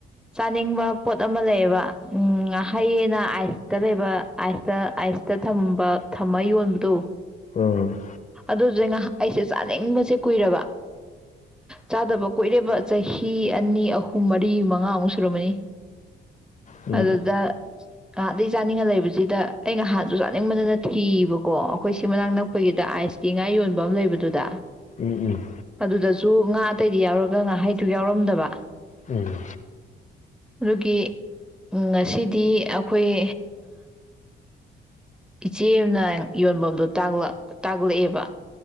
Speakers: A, in the centre; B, on the left (about 40°).
A: ꯆꯥꯅꯤꯡꯕ ꯄꯣꯠ ꯑꯃ ꯂꯩꯌꯦꯕ ꯎꯝ ꯍꯌꯦꯅ ꯑ ꯇ ꯂꯩꯕ ꯑꯥꯏꯁꯇ ꯑꯥꯏꯁꯇ ꯊꯝꯝꯕ ꯊꯝꯃ ꯌꯣꯟꯕꯗꯣ
B: ꯎꯝ
A: ꯑꯗꯨꯗꯖꯉ ꯑꯩꯁꯦ ꯆꯥꯅꯤꯡꯕꯁꯦ ꯀꯨꯏꯔꯕ ꯆꯥꯗꯕ ꯀꯣꯏꯔꯦꯕ ꯆꯍꯤ ꯑꯅꯤ ꯑꯍꯨꯝ ꯃꯔꯤ ꯃꯉꯥꯃꯨꯛ ꯁꯨꯔꯝꯃꯅꯤ
B: ꯎꯝ
A: ꯑꯗꯨꯗ ꯑꯍꯥꯟꯗꯒꯤ ꯆꯥꯅꯤꯡꯉ ꯂꯩꯕꯁꯨ ꯁꯤꯗ ꯑꯩꯅꯍꯥꯟꯁꯨ ꯆꯥꯅꯤꯡꯕꯗꯅ ꯊꯤꯕꯀꯣ ꯑꯩꯈꯣꯏ ꯁꯤ ꯃꯅꯥꯛ ꯅꯛ ꯑꯩꯈꯣꯏꯒꯤꯗ ꯑꯥꯏꯁꯀꯤ ꯉꯥ ꯌꯣꯟꯕ ꯑꯃ ꯂꯩꯕꯗꯨꯗ
B: ꯎꯝ
A: ꯑꯗꯨꯗꯁꯨ ꯉꯥ ꯑꯇꯩꯗꯤ ꯌꯥꯎꯔꯒ ꯉꯥꯏꯍꯩꯗꯨ ꯌꯥꯎꯔꯝꯗꯕ
B: ꯎꯝ
A: ꯑꯗꯨꯒꯤ ꯉꯁꯤꯗꯤ ꯑꯩꯈꯣꯏ ꯏꯆꯦ ꯑꯃꯅ ꯌꯣꯟꯐꯝꯗꯣ ꯇꯥꯛꯂꯛꯑꯦꯕ